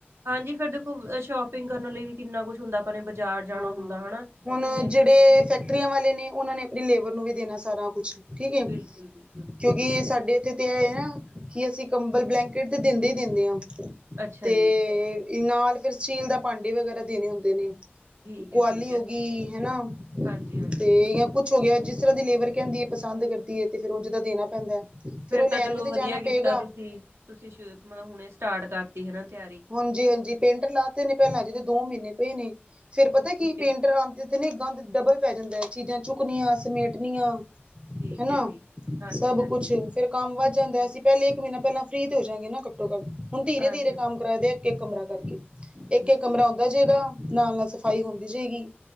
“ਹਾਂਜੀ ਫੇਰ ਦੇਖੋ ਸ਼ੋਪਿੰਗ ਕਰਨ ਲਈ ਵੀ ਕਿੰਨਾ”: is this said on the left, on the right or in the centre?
Right